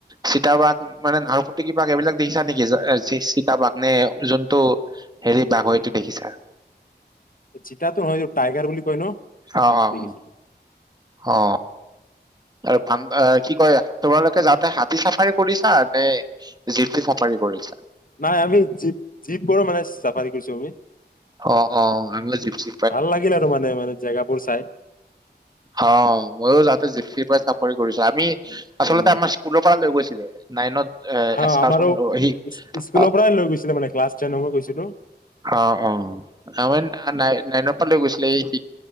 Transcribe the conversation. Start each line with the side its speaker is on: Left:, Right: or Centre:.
Right: চিতাবাঘ মানে নাহৰফুটুকী বাঘ এইবিলাক দেখিছা নিকি নে চিতাবাঘ নে যোনটো হেৰি বাঘৰ এটো দেখিছা
Left: চিতাতো হয় অ টাইগাৰ বুলি কয় ন
Right: অ
Left: সেইটো
Right: অ উ
Left: দেখিছিলো
Right: অ আৰু ভান এ কি কয় তোমালোকে যাওতে হাতী চাফাৰী কৰিছা নে জিফটি চাফাৰী কৰিছা
Left: নাই আমি জীপ জীপ গৰ মানে চাফাৰী কৰিছো আমি
Right: অ অ ভাংলা জিপচি
Left: ভাল লাগিল আৰু মানে মানে জেগাবোৰ চাই
Right: অ মইও যাওঁতে জিপচি পা চাফাৰি কৰিছো আমি আচলতে
Left: উম
Right: আমাৰ স্কুল পা লৈ গৈছিলে নাইনত এ
Left: হা
Right: এস্কাৰচন
Left: আমাৰো
Right: সি
Left: স্ক স্কুলৰ
Right: অ
Left: পাই লৈ গৈছিলে মানে ক্লাছ টেন পা গৈছিলোঁ
Right: অ অ আমাৰ নাই নাইনৰ পৰা লৈ গৈছিলে এই শিক